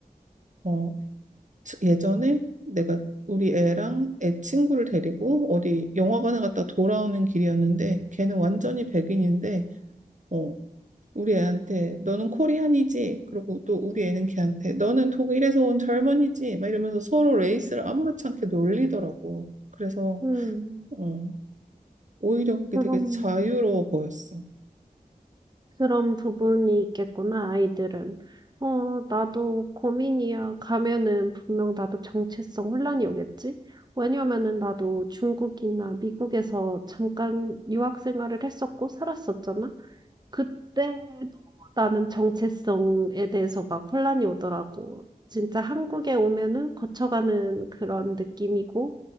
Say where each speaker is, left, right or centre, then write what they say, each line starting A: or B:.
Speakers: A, on the right; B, on the right.
A: 어, 저- 예전에 내가 우리 애랑 애 친구를 데리고 어디 영화관에 갔다 돌아오는 길이었는데 걔는 완전히 백인인데 어 우리 애한테 너는 코리안이지 그리고 또 우리 애는 걔한테 너는 독일에서 온 젊은이지 막 이러면서 서로 레이스를 아무렇지 않게 놀리더라고 그래서
B: 음,
A: 어 오히려 그게
B: 그런,
A: 되게 자유로워 보였어
B: 그런 부분이 있겠구나, 아이들은. 어, 나도 고민이야. 가면은 분명 나도 정체성 혼란이 오겠지? 왜냐면은 나도 중국이나 미국에서 잠깐 유학 생활을 했었고 살았었잖아. 그때도 나는 정체성에 대해서 막 혼란이 오더라고. 진짜 한국에 오면은 거쳐가는 그런 느낌이고,